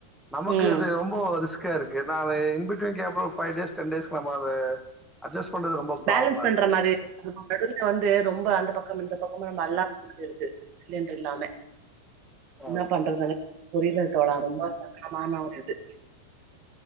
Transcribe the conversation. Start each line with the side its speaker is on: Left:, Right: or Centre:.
Centre: நமக்கு
Right: ம்
Centre: அது ரொம்போ ரிஸ்க் கா இருக்கு நா இன் பிட்வீன் கேப்புல அப்புறோ ஒரு ஃபைவ் டேஸ் டென் டேஸ்க்கு நம்மோ அது அட்ஜஸ் பண்றது ரொம்ப புராபுளமா
Right: பேலன்ஸ் பண்ற
Centre: இருக்குது
Right: மாரி
Centre: சிஸ்டர்
Right: நடுவுல வந்து ரொம்ப அந்த பக்கம் இந்த பக்கமு நம்ம அல்லா <inaudible> இருக்கு சிலிண்டரு இல்லாம
Centre: ஆ
Right: என்ன பண்றதுனே புரில தோழா ரொம்ப சங்கட்டமான ஒரு இது